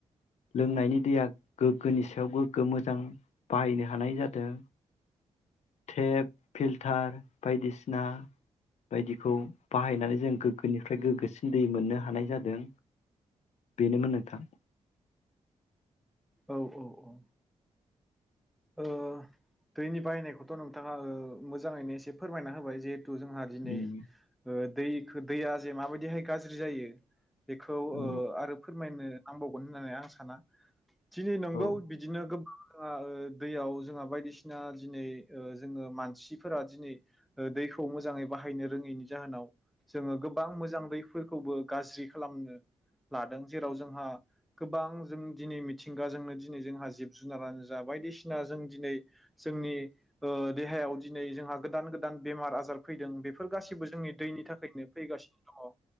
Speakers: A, on the left; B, in the centre.
A: लोंनायनि दैया गोग्गोनि सायाव गोग्गो मोजां बाहायनो हानाय जादों। टेप फिल्टार बायदिसिना बायदिखौ बाहायनानै जों गोग्गोनिफ्राय गोग्गोसिन दै मोननो हानाय जादों। बेनोमोन नोंथां।
B: औ औ औ। ओ दैनि बाहायनायखौथ' नोंथाङा ओ मोजाङैनो एसे फोरमायना होबाय जे खौ जोंहा दिनै
A: उम
B: ओ दैखो दैया जे माबायदिहाय गाज्रि जायो। बेखौ
A: औ
B: ओ आरो फोरमायनो नांबावगोन होननानै आं साना दिनै नंगौ
A: औ
B: बिदिनो गोब आ ओ दैयाव जोंहा बायदिसिना दिनै ओ जोंङो मानसिफोरा दिनै ओ दैखौ मोजाङै बाहायनो रोङैनि जाहोनाव जोंङो गोबां मोजां दैफोरखौबो गाज्रि खालामनो लादों जेराव जोंहा गोबां जों दिनै मिथिंगाजोंनो दिनै जोंहा जिब जुनारानो जा बायदिसिना ना जों दिनै जोंनि ओ देहायाव दिनै जोंहा गोदान गोदान बेमार आजार फैदों बेफ फोर गासिबो जोंनि दैनि थाखायनो फैगासि औ